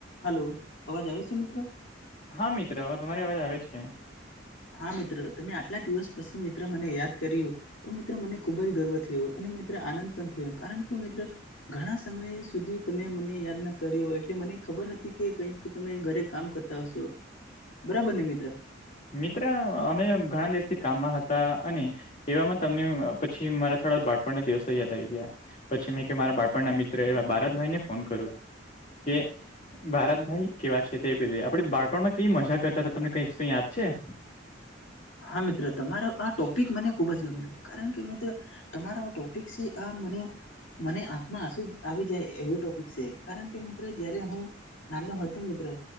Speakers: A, on the left (about 75°); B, on the left (about 40°).
A: Hello, અવાજ આવે છે મિત્ર?
B: હા, મિત્ર હવે તમારી અવાજ આવે છે.
A: હા, મિત્ર તમે આટલા દિવસ પછી મિત્ર મને યાદ કર્યું. તો મિત્ર મને ખુબ જ ગર્વ થયો, અને મિત્ર આનંદ પણ થયો, કારણ કે મિત્ર ઘણા સમય સુધી તમે મને યાદ ના કર્યો. એટલે મને ખબર હતી કે કઈ તો તમે ઘરે કામ કરતા હશો બરાબર ને મિત્ર?
B: મિત્ર અમે ઘણા દિવસથી કામમાં હતા અને એવામાં તમને પછી મારા થોડા બાળપણના દિવસો યાદ આવી ગયા. પછી મેં કે મારા બાપણના મિત્ર એવા બારતભાઈને ફોન કરું કે ભારતભાઈ કેવા છે તે બેધે આપણે બાળપણમાં કેવી મજા કરતા હતા તમને કઈ શું યાદ છે?
A: હા મિત્ર તમારો આ ટોપિક મને ખુબ જ ગમ્યું કારણ કે મિત્રો તમારો ટોપિક છે આ મને મને આંખમાં આસુ આવી જાય એવું ટોપિક છે. કારણ કે મિત્રો જયારે હું નાનો હતો મિત્રો